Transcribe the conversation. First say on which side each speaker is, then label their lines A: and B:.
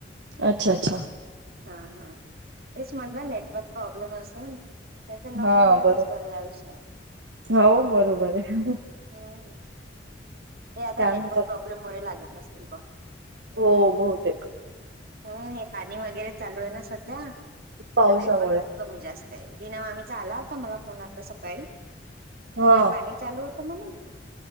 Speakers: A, on the right (about 75°); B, on the right (about 55°).
A: अच्छा अच्छा.
B: हा हा तेच म्हंटलं नेटवर्क प्रॉब्लेम असेल. त्याचा न
A: हा
B: बोललेलाच
A: बरोबर
B: बरं यायुषयात.
A: हो बरोबर आहे.
B: हम्म हे आता
A: काय
B: नेटवर्क
A: म्हणतात
B: प्रॉब्लेम मुळे लागत नसतील कॉल.
A: हो बहुतेक.
B: हम्म हे पाणी वगैरे चालू आहे ना सध्या
A: पावसामुळे
B: तर नेटवर्क खूप कमी जास्त आहे दिना मामीचा आला होता मला फोन आता सकाळी तिकडे
A: हा
B: पाणी चालू होता म्हणे.